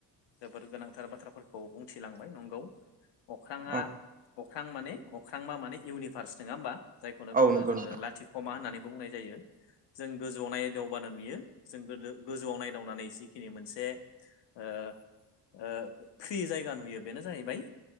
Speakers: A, on the left; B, on the right.
A: जोबोर गोनांथार बाथ्राफोरखौ बुंथिलांबाय नंगौ अख्रांया
B: औ
A: अख्रां माने अख्रांमा माने इउनिभार्स नङा होमबा जायखौनो बुङो
B: औ नंगौ
A: जोङो
B: नोंथां
A: लाथिख'मा होननानैबो बुंनाय जायो जों गोजौआव नायदाव बानो नुयो जों गोदो गोजौआव नायदावनानै जिखिनि मोनसे ओ ओ फ्रि जायगा नुयो बेनो जाहैबाय